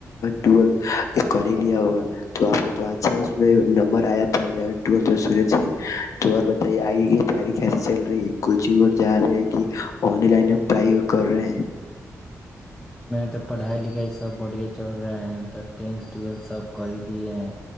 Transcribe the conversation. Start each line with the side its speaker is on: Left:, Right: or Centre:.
Left: توون لیا ہوگا تو آ کو اچھا اس میں نمبر آیا تھا ون تو اور بتائیے آگے کی تیاری کیسی چل رہی ہے کوچنگ جا رہے ہے کہ آ لائن پڑھائی اور کر رہے ہیں
Centre: تو پڑھائی لکھائی سب بڑے چڑ رہا ہے تو ٹینتھ ٹویلھ سب کر ہی لیے ہیں